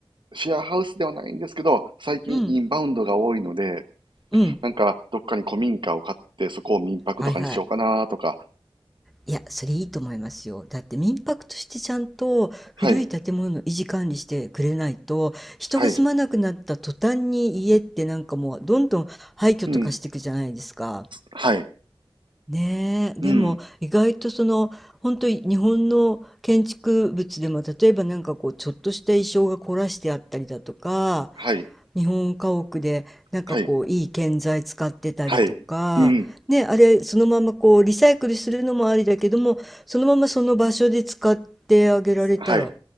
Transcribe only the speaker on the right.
シェアハウスではないんですけど、最近インバウンドが多いので、
なんかどっかに古民家を買って、そこを民泊とかにしようかなとか。
はい。
はい。うん。はい。
うん。はい。
はい。はい。うん。
はい。